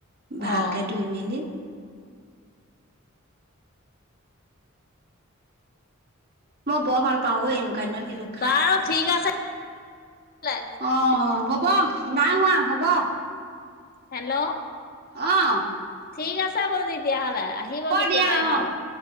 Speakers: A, on the right; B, on the left.
A: ভালকে
B: অ
A: ধুই মেলি। মই বৰ ভাল পাওঁ ঐ
B: উম
A: এনেকুৱা দিনত সেইটো খাই
B: বাৰু
A: পেলাই।
B: ঠিক আছে বোলে।
A: অ হ'ব, না হোৱা হ'ব।
B: হেল্ল'
A: আহ
B: ঠিক আছে বাৰু তেতিয়াহ'লে আহিব কেতিয়াবা
A: দিয়া
B: এইফালে।
A: অ